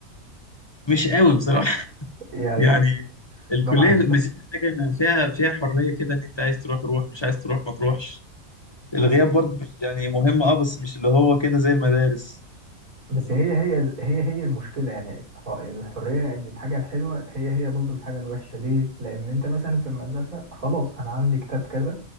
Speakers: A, on the left; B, on the right.
A: مش قوي بصراحه <laughs>
B: يعني
A: يعني الكليه
B: ما وحشتكش
A: ميزتها حاجه ان فيها فيها حريه كده ان انت عايز تروح روح مش عايز تروح ما تروحش الغياب
B: بس هي-
A: برضه مش يعني مهم اه بس مش اللي هو كده زي المدارس
B: بس هي هي هي هي المشكلة يعني ح- الحرية ان الحاجة الحلوة هي هي برضه الحاجة الوحشة ليه؟ لأن انت مثلا في المدرسة خلاص انا عندي كتاب كذا